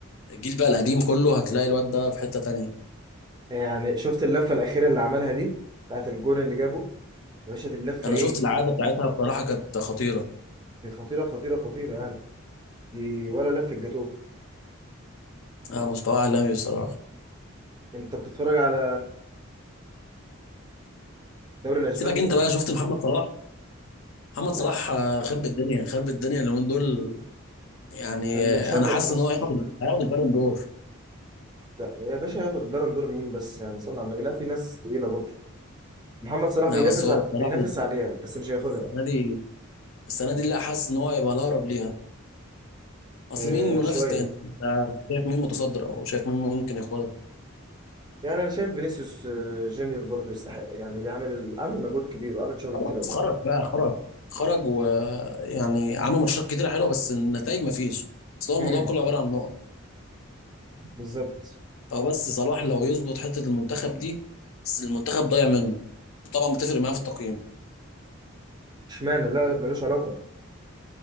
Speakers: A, on the left (about 70°); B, on the right (about 20°).
A: الجيل بقى القديم كله هتلاقي الواد ده في حتة تانية
B: يعني شفت اللفة الأخيرة اللي عملها دي بتاعت الجون اللي جابه يا باشا دي اللفة
A: انا
B: إيه
A: شفت الإعادة بتاعتها بصراحة كانت خطيرة
B: دي خطيرة خطيرة خطيرة يعني دي ولا لفة جاتوه
A: آه مستوى عالمي بصراحة
B: أنت بتتفرج على الدوري الأسباني
A: سيبك انت بقى شفت محمد صلاح محمد
B: لا
A: صلاح آه، خرب الدنيا خرب الدنيا اليومين دول يعني
B: اللي
A: آه،
B: مشرف
A: انا حاسس
B: مصر
A: ان هو هياخد هياخد البالون دور
B: لا يا باشا هياخد البالون دور مين بس يعني صلى على النبي لا في ناس تقيلة برضه محمد صلاح
A: لا
B: بينافس
A: بس هو
B: ع-
A: بصراحة
B: بينافس عليها بس مش هياخدها
A: السنة دي السنة دي لا حاسس ان هو هيبقى الأقرب ليها اصل
B: آه،
A: مين منافس
B: شوية
A: تاني انت شايف مين متصدر او شايف مين ممكن ياخدها
B: يعني انا شايف فينيسيوس آه، جونيور برضه يستحق يعني بيعمل عامل مجهود كبير وعامل شغل
A: خلاص
B: كتير قوي
A: خرج بقى خرج خرج ويعني عمل ماتشات كتيره حلوه بس النتائج ما فيش اصل هو
B: امم
A: الموضوع كله عباره عن نقط
B: بالظبط
A: فهو بس صلاح لو يظبط حته المنتخب دي بس المنتخب ضايع منه طبعا بتفرق معاه في التقييم
B: اشمعنى لا لا، ملوش علاقه